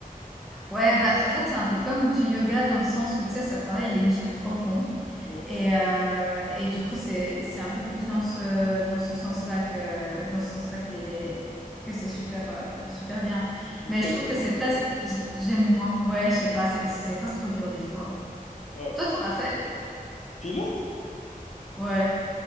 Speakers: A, in the centre; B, on the left.
A: Ouais, bah, en fait, c'est un peu comme du yoga dans le sens où, tu sais, ça travaille les muscles profonds.
B: Ouais,
A: Et, euh, et du coup, c'est, c'est un peu plus dans ce, dans ce sens-là que, dans ce sens-là que les, les- que c'est super, euh, super bien.
B: c'est
A: Mais
B: très
A: je trouve que
B: difficile
A: c'est presque,
B: à part.
A: j'ai- j'aime moins. Ouais, je sais pas, c'est, c'est c'est presque trop dur des fois.
B: Ouais.
A: Toi, t'en as fait?
B: Pilates?
A: Ouais.